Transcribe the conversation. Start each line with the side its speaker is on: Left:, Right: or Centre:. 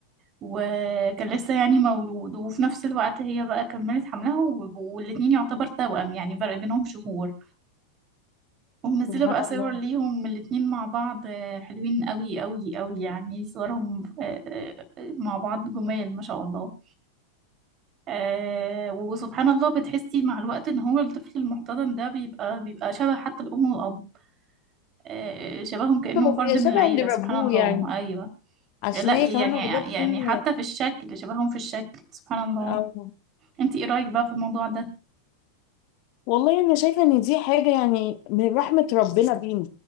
Right: وكان لسه يعني مولود وفي نفس الوقت هي بقى كملت حملها و- والاتنين يعتبر توأم يعني فرق بينهم شهور ومنزلة
Left: سبحان
Right: بقى
Left: الله
Right: صور ليهم الاتنين مع بعض آه، حلوين قوي قوي قوي يعني صورهم آه، آه، مع بعض جمال ما شاء الله آه وسبحان الله بتحسي مع الوقت ان هو الطفل المحتضن ده بيبقى بيبقى شبه حتى الام والاب آه شبههم كأنه
Left: هو
Right: فرد
Left: بيبقى
Right: من
Left: شبه
Right: العيلة
Left: اللي ربوه
Right: سبحان الله
Left: يعني
Right: ايوه
Left: عشان
Right: لا
Left: هي
Right: يعني
Left: كمان واخدة
Right: يعني
Left: سن
Right: حتى في الشكل شبههم في الشكل سبحان الله
Left: أو
Right: انت ايه رأيك بقى في الموضوع ده
Left: والله أنا شايفة إن دي حاجة يعني من رحمة ربنا بينا